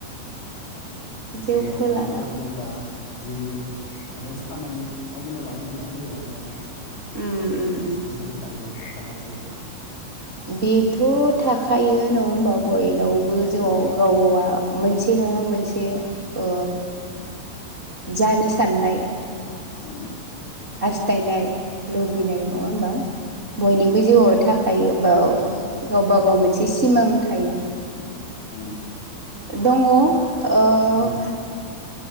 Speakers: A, on the right (about 55°); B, on the left (about 80°).
A: जौखौ
B: बेयाव माबाफोर
A: लाना
B: जेनबा जिउनि माबा मोनसे खामानि नायगिरना लानांगोन ना जिउआव माबा मोनसे
A: उम उम उम
B: बेबायदि सानदों सानाखै
A: बेथ' थाखायो नङा होमबाब बयनाव बो जौआव
B: उम
A: गाव गावा
B: उम
A: मोनसे नङा
B: बेनोथ'
A: मोनसे ओ जानो सानना यास
B: उम
A: थायनाय लुबैनाय
B: अ
A: नङा होमबा बयनिबो
B: उम उम
A: जिउआव थाखायो बा
B: थाखायो
A: गावबा गाव मोनसे सिमां था <inaudible>
B: उम
A: दङ ओ
B: उम